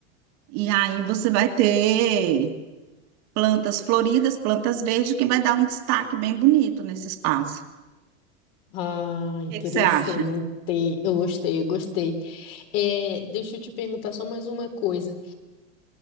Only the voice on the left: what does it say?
Ah, interessante.
Eu gostei, eu gostei. É, deixa eu te perguntar só mais uma coisa.